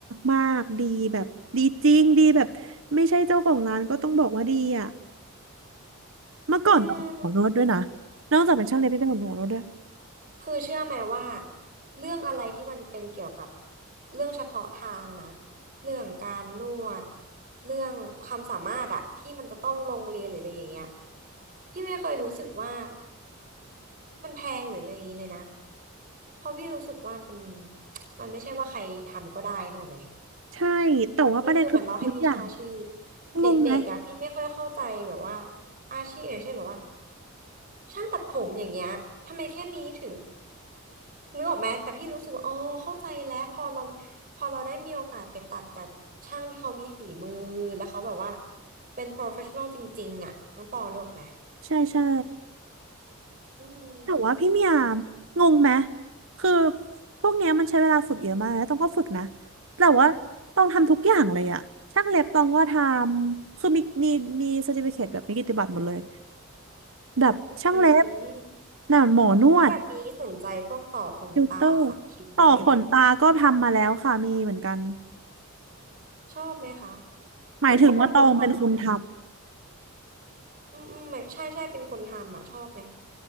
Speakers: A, on the right (about 65°); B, on the right (about 40°).
A: มากๆดีแบบดีจริง ดีแบบไม่ใช่เจ้าของร้านก็ต้องบอกว่าดีอ่ะเมื่อก่อนต้องเป็นหมอนวดด้วยนะ
B: อืม
A: นอกจากเป็นช่างเล็บไม่เป็นหมอนวดด้วย
B: คือเชื่อไหมว่าเรื่องอะไรที่มันเป็นเกี่ยวกับเรื่องเฉพาะทางนะเรื่องการนวดเรื่องความสามารถอะที่มันจะต้องลงเรียนหรืออะไรอย่างเงี้ยพี่ไม่เคยรู้สึกว่ามันแพงหรืออะไรอย่างงี้เลยนะเพราะพี่รู้สึกว่า มันไม่ใช่ว่าใครทำก็ได้นึกออกไหม
A: ใช่แต่ว่าประเด็นคือทุกอย่าง
B: มันคือเหมือนเราให้วิชาชีพเด็กๆอะพี่ไม่ค่อยเข้าใจแบบว่า
A: งงไหม
B: อาชีพอย่างเช่นแบบว่าช่างตัดผมอย่างเงี้ยทำไมแค่นี้ถึงนึกออกไหมแต่พี่รู้สึกว่าอ๋อเข้าใจแล้วพอเราพอเราได้มีโอกาสไปตัดกับช่างที่เขามีฝีมือแล้วเขาแบบว่าเป็น professional จริงๆอ่ะน้องตองนึกออกไหม
A: ใช่ใช่
B: อืม
A: แต่ว่าพี่เมียงงไหมคือพวกเนี้ยมันใช้เวลาฝึกเยอะมากนะต้องก็ฝึกนะแต่ว่าต้องทำทุกอย่างเลยอะช่างเล็บต้องก็ทำคือมีมีมีเซอร์ติฟิเคตแบบมีกิตติบัตรหมดเลยแบบช่างเล็บ
B: อืม
A: หนานหมอนวด
B: แล้วแบบนี้สนใจพวกต่อขนตาสักคิ้วได้วยไหมเนี่ย
A: ติวเตอร์ต่อขนตาก็ทำมาแล้วค่ะมีเหมือนกัน
B: ชอบไหมคะ
A: หมายถึงว่าตองเป็นคนทำ
B: เห็นเขาบอกปวดหลังนะ อืมอืมแบบใช่ใช่เป็นคนทำอ่ะชอบไหม